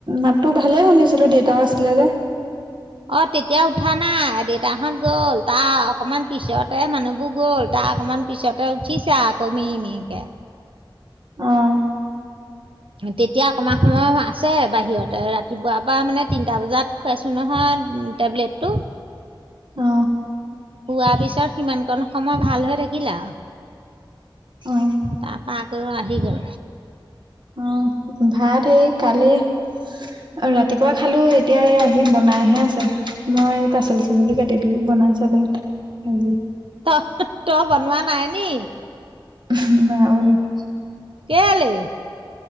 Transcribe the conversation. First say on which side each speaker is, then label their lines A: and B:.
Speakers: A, on the right (about 60°); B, on the right (about 85°).
A: মাততো ভালেই শুনিছিলো। ছিলো দেটাও আছিলে যে,
B: অ তেতিয়া উঠা নাই দেউতা হত গ'ল তাৰ অকমান পিছতে মানুহবোৰ গ'ল তাৰ অকমান পিছতে উঠিছে আকৌ মিহি মিহিকে।
A: অহ
B: তেতিয়া অকণমান অকণমান আছে বাহিৰত ৰাতিপুৱাৰ পৰা মানে তিনটা বজাত খুৱাইছো নহয় টেবলেটটো।
A: অ
B: উ আি <unintelligible> পিছৰ সিমান কণ সময় ভাল হৈ থাকিলে আৰু
A: অ
B: তাৰপা। অ আহি গল
A: অ ভাত সেই কালি আৰু ৰাত ৰাতিপুৱা খালো, এই এতিয়া এ আহি বনাই হে আছে। মই পাচলি-চাঁচলি কাটি দিলো, বনাই চে ভাত হেৰি
B: ত তই বনোৱা নাই নি?
A: হাঁ, নাই বনোৱা।
B: কেলে?